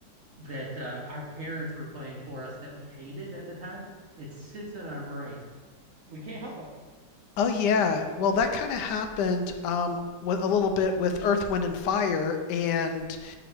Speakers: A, on the right; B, on the left.
A: that uh, our parents were playing for us that we hated at the time, it sits in our brain. We can't help it.
B: Oh yeah, well that kind of happened um, with, a little bit with Earth, Wind, and Fire, and